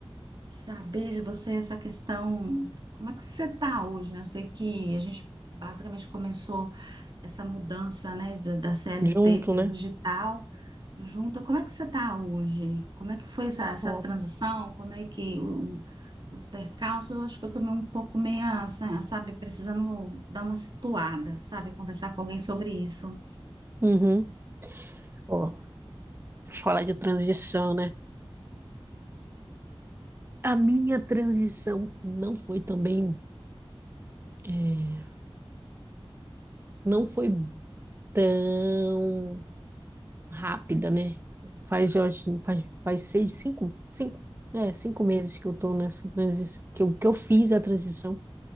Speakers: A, on the right; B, on the right.
A: saber de você essa questão, como é que você está hoje, né? Eu sei que a gente basicamente começou essa mudança, né, de- da CLT
B: Junto,
A: para
B: né?
A: o digital, junto. Como é que você está hoje? Como é que foi essa, essa
B: Ó.
A: transição? Como é que o Os percalços, eu acho que eu tomei um pouco meia, sa- sabe, precisando dar uma situada, sabe, conversar com alguém sobre isso.
B: Uhum. Ó, falar de transição, né? A minha transição não foi também, é, não foi tão rápida, né? Faz, eu acho, faz, faz seis, cinco, cinco, é, cinco meses que eu tô nessa transição, que eu, que eu fiz a transição